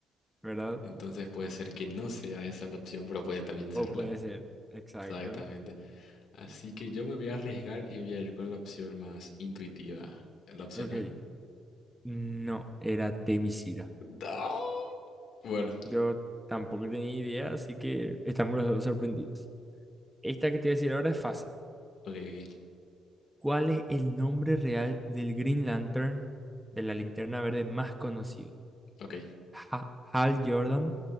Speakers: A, in the centre; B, on the left (about 70°).
A: ¿verdad?
B: entonces puede ser que no sea esa la opción, pero puede también serla.
A: O puede ser, exacto.
B: Exactamente. Así que yo me voy a arriesgar y voy a ir con la opción más intuitiva. ¿La opción
A: Ok.
B: A?
A: No, era Temisira.
B: No. Bueno,
A: Yo tampoco tenía idea, así que estamos los dos sorprendidos. Esta que te voy a decir ahora es fácil.
B: ok, ok,
A: ¿Cuál es el nombre real del Green Lantern, de la linterna verde más conocido?
B: ok.
A: Ha- Hal Jordan,